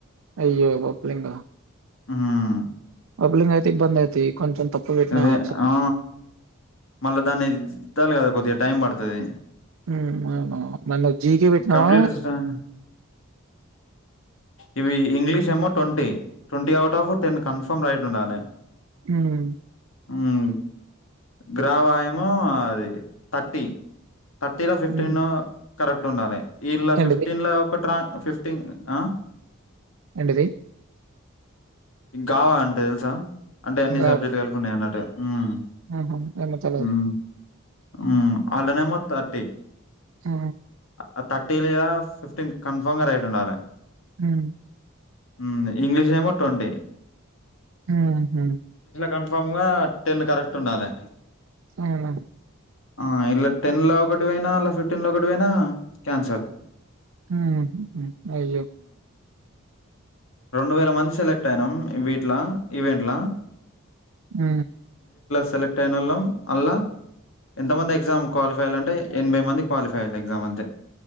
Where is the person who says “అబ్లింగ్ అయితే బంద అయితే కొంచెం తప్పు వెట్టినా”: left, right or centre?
Right